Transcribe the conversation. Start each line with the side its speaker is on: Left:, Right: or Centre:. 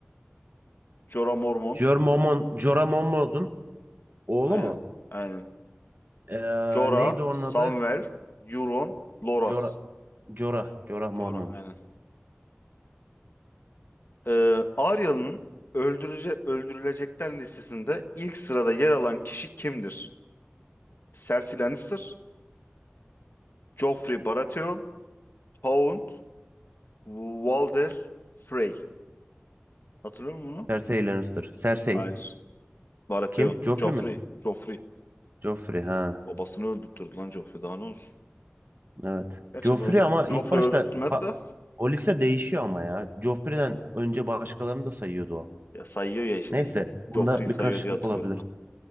Left: Jorah Mormont.
Right: Jor Mormont, Jorah Mormont'un oğlu
Left: Aynen.
Right: mu?
Left: Aynen.
Right: Ee,
Left: Jorah,
Right: neydi onun
Left: Samwell,
Right: adı?
Left: Euron, Loras.
Right: Jorah, Jorah, Jorah
Left: Jorah
Right: Mormont.
Left: aynen. Ee, Arya'nın öldürece öldürülecekler listesinde ilk sırada yer alan kişi kimdir? Cersei Lannister, Joffrey Baratheon, Hound, Walder Frey. Hatırlıyor musun bunu?
Right: Cersei Lannister. Cersei.
Left: Hayır. Baratheon.
Right: Kim? Joffrey
Left: Joffrey.
Right: mi?
Left: Joffrey.
Right: Joffrey ha.
Left: Babasını öldürttürdü lan Joffrey. Daha ne olsun?
Right: Evet.
Left: Gerçi
Right: Joffrey
Left: bu öldü.
Right: ama ilk
Left: Joffrey
Right: başta
Left: öldürtmedi
Right: fa-
Left: de.
Right: o liste değişiyor ama ya. Joffrey'den önce başkalarını da sayıyordu o.
Left: Ya sayıyor ya işte
Right: Neyse.
Left: ilk.
Right: Bunda
Left: Joffrey sayıyor
Right: bir karışıklık
Left: diye hatırlıyorum
Right: olabilir.
Left: ben.